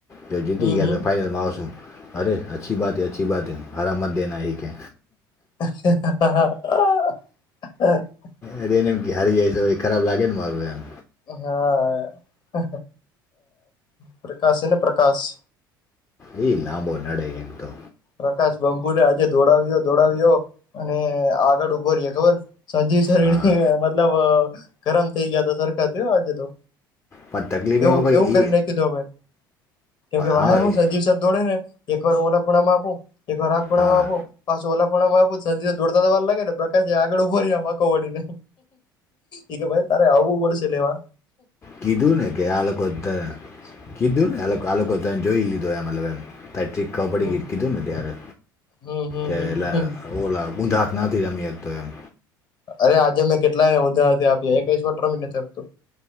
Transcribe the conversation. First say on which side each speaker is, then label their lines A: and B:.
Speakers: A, on the left; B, on the left.
A: તો જીતીી
B: હમ
A: ગયા
B: હમ
A: તો ફાઈનલમાં વસું. અરે અચ્છી બાતે અચ્છી બાત હ હરા મત દેના એક કે
B: હ
A: એ રેનેમાં કે હારી હયસય ખરાબ લાગેને મારુંમ
B: હા પ્રકાશ એને પ્રકાશ
A: એઈ લાંબો નડ એ તો
B: પ્રકાશ બંબુને આજે દોડાવ્યો દોડાવ્યો અને આગળ ઉભો રએ ખબર સાજી શરીર
A: હા
B: મતલબ ગરમ થઇ ગયા ત સરખા થયું આજે તો
A: પણ તકલીફ
B: એવું
A: એમાં ભાઈ
B: એવું કરી
A: એ
B: નાખીધું હવે કેમ કે
A: હા
B: વા શું
A: એ
B: છેજીવસ દોડે ને એક વાર ઓ ખૂણામાં આપપો એક વાર આખ ખૂણા
A: હા
B: મા આપો પાછું ઓલાખો માં આપિ તો દોડતા તો વાર લાગે ને પ્રકાશ આગળ ઉભો મા વળીને એ કે ભાઈ તારે આવું પડશે નેવા
A: કીધુંને કે આાલકોતેર કીધુંને આ લોકો જોઈ લીધુંલ કડી
B: હમ
A: કીધું ને ત્યારે
B: હમ હમ
A: કે એલે
B: હમ
A: ઓલા ગુંજા ના રમી તો એમ
B: અરે આજે મેં કેટલાય ઊંધા આપી કશ ટ્રમિું